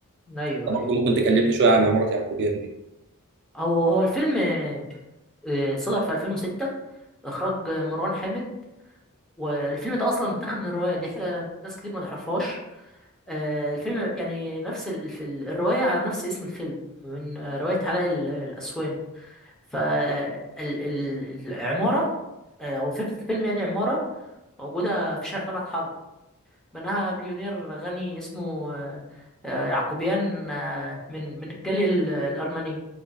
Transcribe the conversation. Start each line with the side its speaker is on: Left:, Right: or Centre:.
Centre: ايوه
Right: انت
Centre: ايوه
Right: برضه ممكن تكلمني شويه عن عماره يعقوبيان دي
Centre: هو هو الفيلم آه، آه، صدر في 2006 اخراج آه، مروان حامد والفيلم ده اصلا متاخد من الروايه دي حاجه ناس كتير ما تعرفهاش آه، الفيلم يعني نفس ال- الف- الروايه على نفس اسم الفيلم من آه، روايه علاء ال- الاسواني فالعماره او فكره الفيلم يعني عماره موجوده في شارع طلعت حرب بناها مليونير غني اسمه آه، آه، يعقوبيان آه، من من الجالية ال- الأرمنية